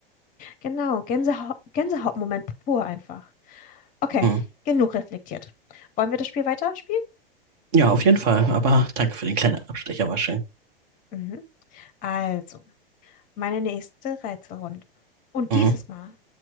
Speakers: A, on the left; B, on the right.
A: Genau, Gänseha Gänsehautmoment pur einfach. Okay,
B: Hm.
A: genug reflektiert. Wollen wir das Spiel weiterspielen?
B: Ja, auf jeden Fall. Aber danke für den kleinen Abstecher, war schön.
A: Mhm. Also, meine nächste Rätselrunde. Und
B: Mhm.
A: dieses Mal